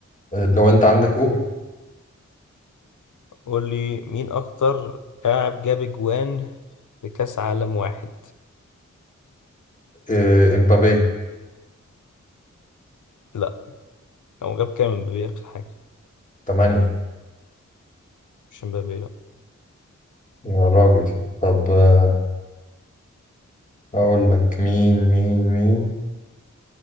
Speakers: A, on the left (about 25°); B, on the left (about 80°).
A: آه، لو أنت عندك قول
B: قول لي مين اكتر لاعب جاب اجوان في كاس عالم واحد
A: آه، امبابي
B: لا هو جاب كام امبابي اخر حاجه
A: 8
B: مش امبابي لا
A: يا راجل طب آه، أقول لك مين مين مين